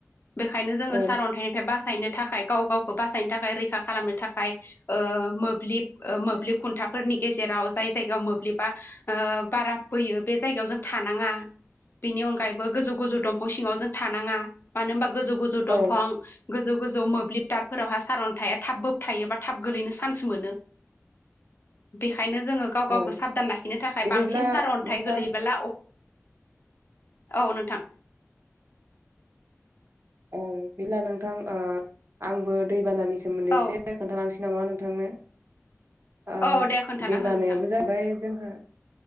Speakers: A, on the left; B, on the right.
A: बेखायनो जोङो
B: उम
A: सारअन्थाइनिफ्राय बासायनो थाखाय गाव गावखौ बासायनो थाखाय रैखा खालामनो थाखाय ओ मोब्लिब ओ मोब्लिब खुन्थाफोरनि गेजेराव जाय जायगायाव मोब्लिबा ओ बारा फैयो बे जायगायाव जों थानाङा बेनि अनगा गायैबो गोजौ गोजौ दंफां सिङाव जों थानाङा मानो होनबा गोजौ गोजौ
B: औ
A: दंफां गोजौ गोजौ मोब्लिबदारफोरावहा सारन्थाया थाब बो थायोबा थाब गोलैनो चान्स मोनो बेखायनो जोङो गाव गावखौ
B: औ
A: साबधान लाखिनो थाखाय
B: बिदिब्ला
A: बांसिन सार अन्थाइ
B: नोंथां
A: गोलैयोबोला औ नोंथां
B: औ बिदिला नोंथां ओ आंबो दैबानानि सोमोन्दै
A: औ
B: एसे खोन्थालांसै नामा नोंथांनो ओ
A: औ दे खोन्थाना
B: दै
A: हो
B: बानायाबो
A: नोंथां
B: जाबाय जोंहा